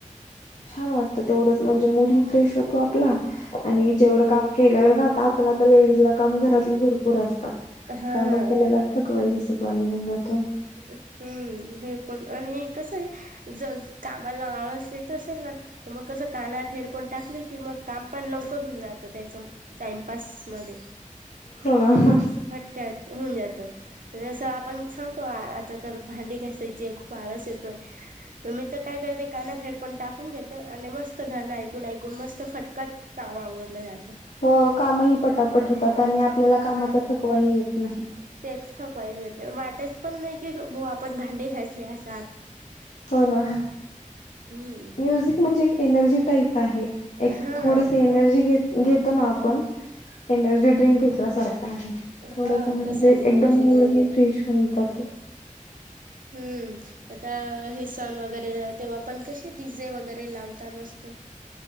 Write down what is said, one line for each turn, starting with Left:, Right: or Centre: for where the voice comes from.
Left: छान वाटतं तेवढंच म्हणजे मुड फ्रेश होतो आपला आणि जेवढं काम केलेलं राहत पण आता डीज ला काम घरात भर पुर
Right: हा
Left: काम केलेला थकवा ह सु पाणी घेऊन जातो
Right: हम्म हेडफोन आणि कसं आहे जर कामाला आळस येत असेल ना तर मग कस कानात हेडफोन टाकले की मग काम पण लवकर होऊन जातं त्याच टाइमपास मध्ये
Left: हो ना.
Right: अस फटक्यात होऊन जातं असं आपण ख आता तर भांडी घ्यासायचीये. खूप आळस येतोय. मग मी त काय करते? कानात हेडफोन टाकून घेते आणि मस्त. मस्त गाणं ऐकून ऐकून मस्त फटक्यात आवरलं जात.
Left: अ कामही पटापट
Right: ह्म्म
Left: होतात आणि आपल्याला कामाचा
Right: हा..
Left: थकवाही येत नाही.
Right: तेच... वाटच पण नाही की आपण भांडे घासले अस.
Left: हो ना
Right: हम्म
Left: म्युझिक म्हणजे एक एनर्जी टाईप आहे. एक
Right: हा
Left: थोडस एनर्जी घे घेतो ना आपण पण एनर्जी ड्रिंक घेतल्या सारख आहे थोडस..
Right: हा
Left: म्हणजे
Right: तसं येते म्युझिक.
Left: एकदम मूड ही फ्रेश होऊन जातो.
Right: हम्म आता हे सण वगैरे तेव्हा पण कसे डीझे वगैरे लावता मस्त.